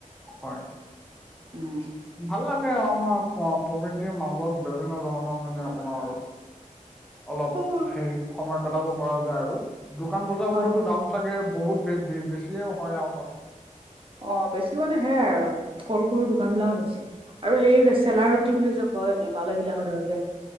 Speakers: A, in the centre; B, on the right.
A: হয়।
B: উম।
A: ভাল লাগে আমাৰ প প্ৰকৃতিৰ মাজত বিভিন্ন ধৰণৰ মানে আপোনাৰ আৰু- অলপ
B: হয়
A: হেৰি সময় কটাব পৰা যায় আৰু, দোকান বজাৰ বোৰতো
B: হয়
A: দাম চাগে বহুত বে বেছিয়ে হয় আউ তাত।
B: অ' বেছি মানে সেয়াই আৰু সৰু সৰু দোকান বিলাক বেছি। আৰু সেই বোলে চেলা ৰুটি বুলি যে কয় নেপালী বিলাক হঁতৰ যে।